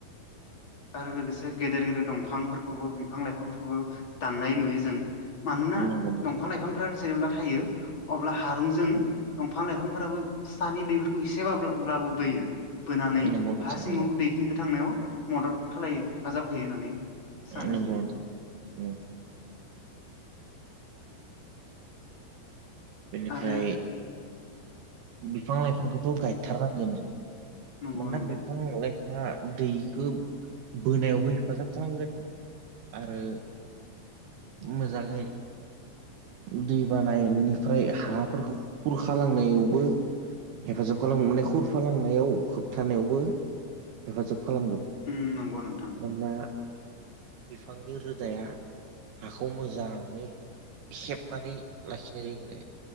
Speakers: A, on the left (about 30°); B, on the right (about 70°).
A: आरो लोगोसे गेदेर गेदेर दंफांफोरखौबो बिफां लाइफांफोरखौबो दाननाय नुयो जों मानोना
B: नंगौ नोंथां
A: दंफां लाइफांफ्रा जेब्ला थायो अब्ला हारुंजों दंफां लाइफांफोराबो सानि दैफोरखौ इसेबाबब्लाबो बोयो बोनानै
B: नंगौ बाथ्रा
A: हा सिङाव
B: नंगौ
A: दैखिनिखौ थांनायाव मदद खालामलायो हेफाजाब होयो होननानै सानो
B: नंगौ
A: जोङो
B: नोंथां नंगौ बेनिफ्राय
A: आरो
B: बिफां लाइफांखौथ' गायथारनांगोन जों
A: नंगौ
B: मोना
A: नंगौ
B: बिफां लाय हा दैखौ बोनायावबो हेफाजाब खालामगोन आरो मोजाङै दै बानायनि फ्राय हाफोरखौ खुरखा लांनायावबो हेफाजाब खालामो माने खरफालांनायाव होबथानायावबो हेफाजाब खालामगोन।
A: ओम नंगौ नोंथां
B: मानोना बिफांनि रोदाया हाखौ मोजाङै सेबनानै लाखिनाय जायो माने।